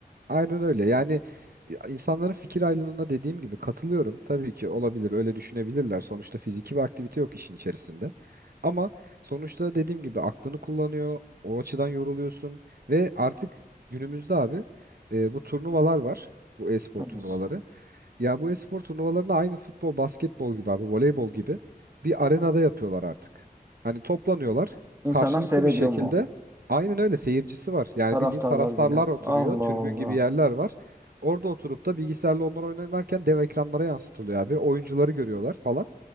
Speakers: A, on the right; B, on the right.
A: Aynen öyle. Yani insanların fikir ayrılığına dediğim gibi katılıyorum. Tabii ki olabilir, öyle düşünebilirler. Sonuçta fiziki bir aktivite yok işin içerisinde. Ama sonuçta dediğim gibi aklını kullanıyor, o açıdan yoruluyorsun ve artık günümüzde abi e, bu turnuvalar var. Bu e-spor
B: Evet.
A: turnuvaları. Ya bu espor turnuvalarını aynı futbol, basketbol gibi abi, voleybol gibi bir arenada yapıyorlar artık. Hani toplanıyorlar
B: İnsanlar
A: karşılıklı
B: seyrediyor
A: bir şekilde.
B: mu?
A: Aynen öyle seyircisi var. Yani
B: Taraftarlar
A: bildiğin taraftarlar
B: geliyor.
A: oturuyor,
B: Allah
A: tribün
B: Allah.
A: gibi yerler var. Orada oturup da bilgisayarla onlar oynarken dev ekranlara yansıtılıyor abi. Oyuncuları görüyorlar falan.